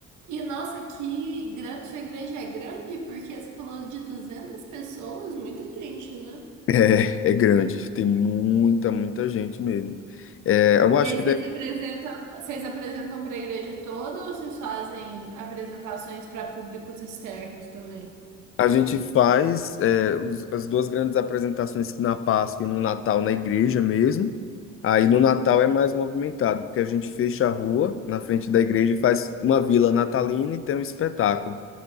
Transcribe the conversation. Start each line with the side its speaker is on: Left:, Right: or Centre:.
Right: e nossa, que gran... sua igreja é grande porque você falou de 200 pessoas, muita gente, né?
Left: É, é grande, tem muita, muita gente mesmo. É, eu
Right: E
Left: acho
Right: aí
Left: que
Right: vocês apresentam, vocês apresentam para a igreja toda ou vocês fazem apresentações para públicos externos também?
Left: A gente faz é, os- as duas grandes apresentações na Páscoa e no Natal na igreja mesmo. Aí no Natal é mais movimentado, porque a gente fecha a rua na frente da igreja e faz uma vila natalina e tem um espetáculo.